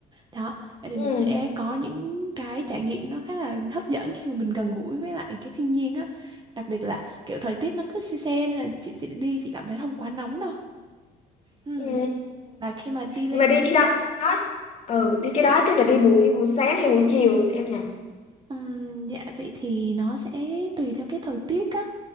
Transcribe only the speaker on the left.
Ừ,
ừ.
Nhưng
mà đi cái đó, ừ, đi cái đó chắc là đi buổi buổi sáng hay buổi chiều thì em nhỉ?